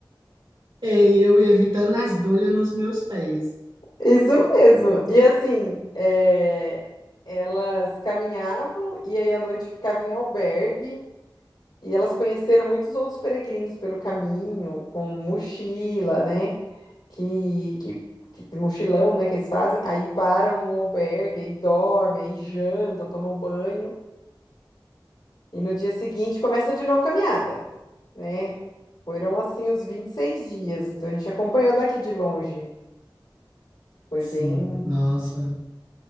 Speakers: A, on the right; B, on the left.
A: E eu ia evitando as bolhas nos meus pés.
B: Isso mesmo. E assim, é, elas caminhavam e aí à noite ficavam em albergue e elas conheceram muitos outros peregrinos pelo caminho, com mochila, né? Que, que, que- mochilão, né? Que eles fazem. Aí param no albergue, aí dormem, aí jantam, tomam banho e no dia seguinte começa de novo a caminhada, né? Foram assim os 26 dias. Então a gente acompanhou daqui de longe. Foi
A: Sim,
B: bem,
A: nossa,